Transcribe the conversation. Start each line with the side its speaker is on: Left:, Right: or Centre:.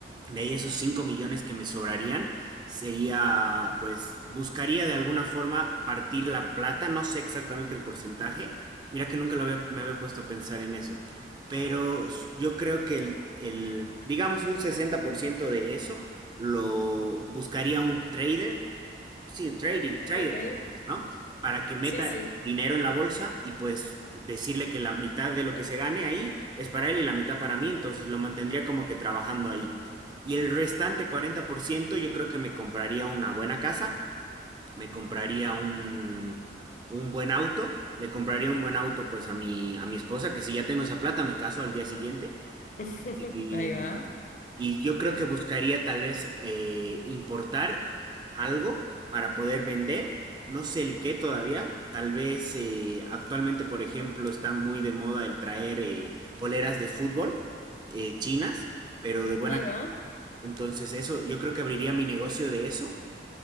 Right: De ahí esos 5 millones que me sobrarían, sería, pues, buscaría de alguna forma partir la plata, no sé exactamente el porcentaje, mira que nunca lo había- me había puesto a pensar en eso, pero s- yo creo que el, el, digamos, un 60% de eso lo buscaría un trader, sí, un trade- trader,
Left: Ok,
Right: ¿no? Para que meta
Left: sí, sí.
Right: dinero en la bolsa y pues decirle que la mitad de lo que se gane ahí es para él y la mitad para mí, entonces lo mantendría como que trabajando ahí. Y el restante 40% yo creo que me compraría una buena casa, me compraría un, un buen auto, le compraría un buen auto pues a mi, a mi esposa, que si ya tengo esa plata me caso al día siguiente.
Left: <laughs>
Right: Y,
Left: Ahí va,
Right: y yo creo que buscaría tal vez eh, importar algo para poder vender, no sé el qué todavía. Tal vez eh, actualmente, por ejemplo, está muy de moda el traer eh, poleras de fútbol eh, chinas, pero de buena
Left: ahí va.
Right: entonces, eso, yo creo que abriría mi negocio de eso